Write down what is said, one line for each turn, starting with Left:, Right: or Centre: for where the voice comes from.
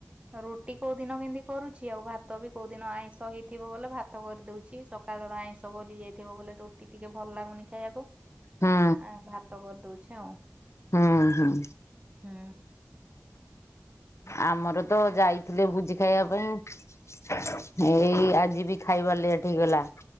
Right: ରୁଟି କୋଉ ଦିନ କେମିତି କରୁଚି, ଆଉ ଭାତ ବି କୋଉ ଦିନ ଆଇଁଷ ହେଇଥିବ ବ ଭାତ କରିଦଉଛିକା ସକାଳର ଆଇଁଷ ବଲି ଯାଇଥିବ ବୋଲେ ରୁଟି ଟିକେ ଭଲ ଲାଗୁନି ଖାଇବାକୁ।
Left: ହୁଁ
Right: ହଁ ଭାତ କରିଦଉଛି ଆଉ।
Left: ହୁଁ ହୁଁ।
Right: ହୁଁ।
Left: ଆମର ତ ଯାଇଥିଲେ ଭୋଜି ଖାଇବା ପାଇଁ। ଏଇ ଆଜି ବି ଖାଇବାର ଲେଟ୍ ହେଇଗଲା।